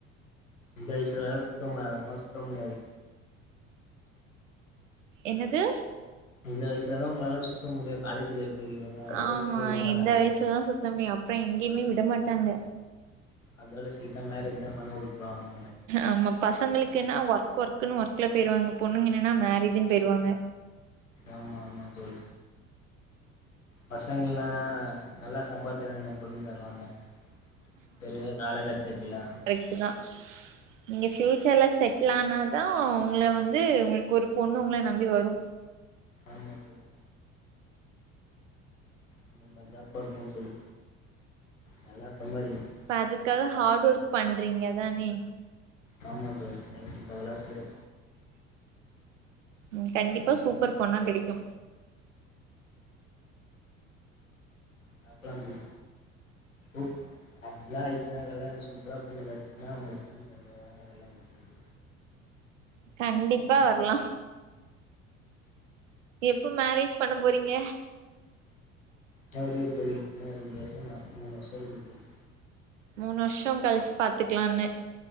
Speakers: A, on the left; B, on the right.
A: இந்த வயசுல தா சுத்த முடியு அதுக்கப்பறமா சுத்த முடியாது
B: என்னது
A: இந்த வயசுல தா உங்களால சுத்த முடியு காலேஜ் லைஃப் வரைக்கு தான் அதோட
B: ஆமா
A: சுத்த விடவு மாட்டாங்க
B: இந்த வயசுலதா சுத்த முடியு அப்றோ எங்கயுமே விடமாட்டாங்க
A: அதோட ஸ்டேய்ட்டா மேரேஜ் தா பண்ண வுட்ருவாங்க
B: ஆமா பசங்களுக்கு என்ன ஒர்க் ஒர்க்கன்னு ஒர்க்ல போயிருவாங்க பொண்ணுங்க என்னன்னா மேரேஜுன்னு போயிருவாங்க
A: ஆமா ஆமா தோழி பசங்கலா நல்லா சம்பாதிச்சா தாங்க பொண்ணு தருவாங்க இப்ப இருக்குற காலக்கட்டத்துட்டுல
B: கரெக்ட்டு தா
A: <inaudible>
B: நீங்க ஃபியூச்சர்ல செட்லானாதா உங்கள வந்து உங்களுக்கு ஒரு பொண்ணு உங்கள நம்பி வரு
A: ஆமா தோழி அந்தமாரிதா பண்ணு தோழி நல்லா சம்பாரிக்கணு
B: அப்ப அதுக்காக ஹார்டு ஒர்க் பண்றீங்க தானே
A: ஆமா தோழி நைட்டு பகலா செய்றோ
B: ம் கண்டிப்பா சூப்பர் பொண்ணா கிடைக்கு
A: பாக்லா தோழி உப் அப்ல்லா ஆயிச்சுனா கல்யாண சூப்பரா பொண்ணு கெச்சுச்னா உங்களுக்கு ஃபோன் பண்றோ வாங்க கல்யாணதுக்கு
B: கண்டிப்பா வரலா எப்போ மேரேஜ் பண்ண போறீங்க
A: தெரி தோழி இன்னு ரெண்டு வருஷ மூணு வருஷோ இருக்குது தோழி
B: மூணு வர்ஷோ கழிச்சி பாத்துக்குலான்னு